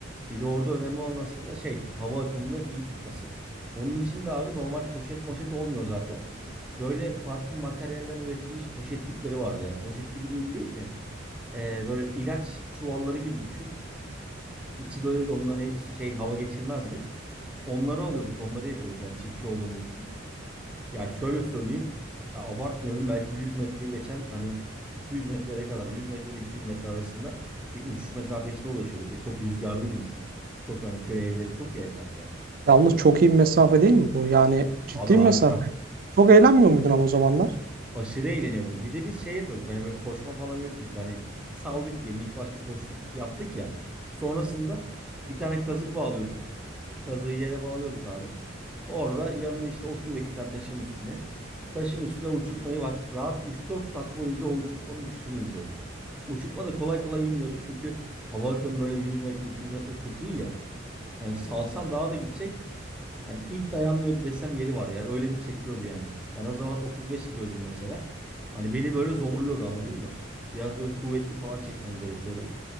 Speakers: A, in the centre; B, on the right (about 45°).
A: Bir de orada önemli olan aslında şey hava akımını iyi tutması. Onun için de abi normal poşet moşet olmuyor zaten. Böyle farklı materyallerden üretilmiş poşet tipleri vardı yani. Poşet gibi değil, değil de e, böyle ilaç çuvalları gibi düşün. İçi böyle onun hani şey hava geçirmezdi. Onları alıyorduk, onları yapıyorduk yani çiftçi olduğumuz için. Ya şöyle söyleyeyim, ya abartmıyorum belki 100 metreyi geçen hani 200 metrelere kadar 100 metre ile 200 metre arasında bir uçuş mesafesine ulaşıyorduk ve çok rüzgarlıydı bizim. Çok hani köy evleri çok ya etrafta.
B: Yalnız
A: O-
B: çok iyi bir mesafe değil mi bu? Yani ciddi
A: Abi harika.
B: bir mesafe. Çok eğlenmiyor muydun ama o zamanlar?
A: Aşırı eğleniyordum. Bir de biz şey yapıyorduk hani böyle koşma falan yok bizde hani saldık diyelim ilk başta koştuk yaptık ya. Sonrasında bir tane kazık bağlıyorduk. Kazığı yere bağlıyorduk abi. Orada yanına işte oturuyorduk bir tane taşın üstüne. Taşın üstüne uçurtmayı bak rahat üç dört saat boyunca o uçurtmanın uçuşunu izliyorduk. Uçurtma da kolay kolay inmiyordu çünkü hava akımı böyle 100 metre 200 metre çok iyi ya. Yani salsan daha da gidecek. Yani ip dayanmıyordu desem yeri var ya. Öyle bir çekiyordu yani. Ben o zaman 35 kiloydum mesela. Hani beni böyle zorluyordu anladın mı? Biraz böyle kuvvetli falan çekmem gerekiyordu.